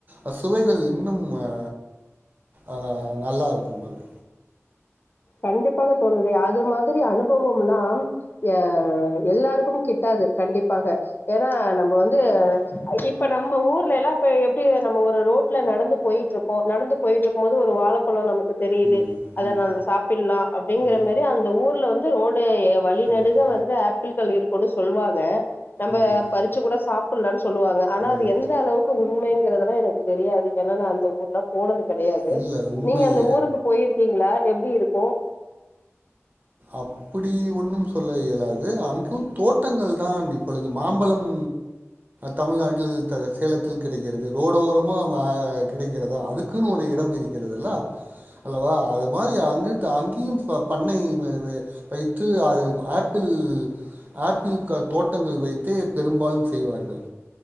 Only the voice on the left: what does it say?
கண்டிப்பாக தோழரே அது மாதிரி அனுபவம்னா எ எல்லாருக்கும் கிட்டாது கண்டிப்பாக ஏனா நம்ப வந்து இப்ப நம்ம ஊர்லல்லா இப்ப எப்டி நம்ம ஒரு ரோட்ல நடந்து போயிட்ருக்கோ நடந்து போயிட்ருக்கும் போது ஒரு வாழப்பழ நமக் கு தெரியுது
அத
நாங்க சாப் ல்லா அப்படிங்கிற
மாரி அந்த ஊர் ல வந்து ரோடு வழிநெடுக
வந்து ஆப்பிள்கள் இருக்குனு சொல்வாங்க நம்ப
பறிச்சு கூட சாப்பட்லான் சொல்வாங்க ஆனா
அது எந்த அளவுக்கு உண்மைங்கிறதுல்லா எனக்கு தெரியாது ஏனா நான் அந்த ஊர்ல போனதுக்கு கெடையாது
நீங்க அந்த ஊருக்கு போயிருக்கிங்ளா எப்படி இருக் கு